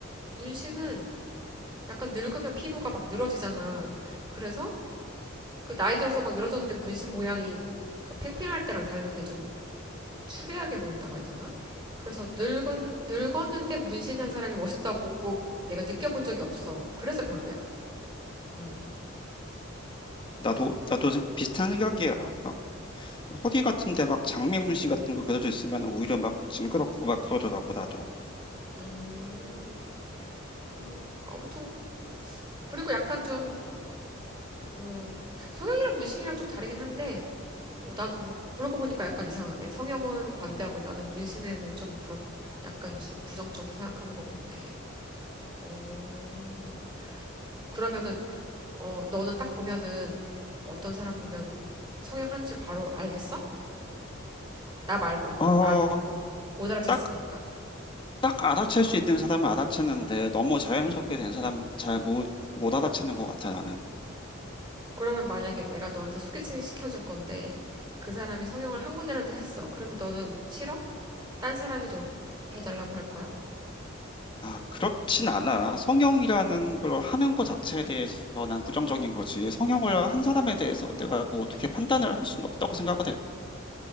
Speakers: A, on the right; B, on the left.
A: 문신은 약간 늙으면 피부가 막 늘어지잖아. 그래서 그 나이 들어서 막 늘어졌는데 문신 모양이 그 팽팽할 때랑 다르게 좀 추리하게 보인다고 해야 되나? 그래서 늙은 늙었는데 문신한 사람이 멋있다 보고 내가 느껴본 적이 없어. 그래서 별로야. 음,
B: 나도, 나도 생- 비슷한 생각이야. 막, 허리 같은데 막 장미 문신 같은 거 그려져 있으면 오히려 막 징그럽고 막 그러더라고, 나도.
A: 음, 음, 아무튼 그리고 약간 좀 음, 성형이랑 문신이랑 좀 다르긴 한데 어, 난 뭐, 그러고 보니까 약간 이상하네. 성형은 관대하고 나는 문신에는 좀 그렇 약간 좀 부정적으로 생각하는 것 같네. 어, 그러면은 어, 너는 딱 보면은 어떤 사람 보면은 성향 한 줄 바로 알겠어? 나 말고
B: 어,
A: 나 못 알아챘으니까.
B: 딱, 딱 알아챌 수 있는 사람은 알아챘는데 너무 자연스럽게 된 사람은 잘 못, 못 알아채는 것 같아, 나는.
A: 그러면 만약에 내가 너한테 소개팅 시켜줄 건데 그 사람이 성형을 한 군데라도 했어. 그러면 너는 싫어? 딴 사람이 좀 해달라고 할 거야?
B: 아, 그렇진 않아. 성형이라는 걸 하는 것 자체에 대해서 난 부정적인 거지. 성형을 한 사람에 대해서 내가 뭐 어떻게 판단을 할 수는 없다고 생각을 해.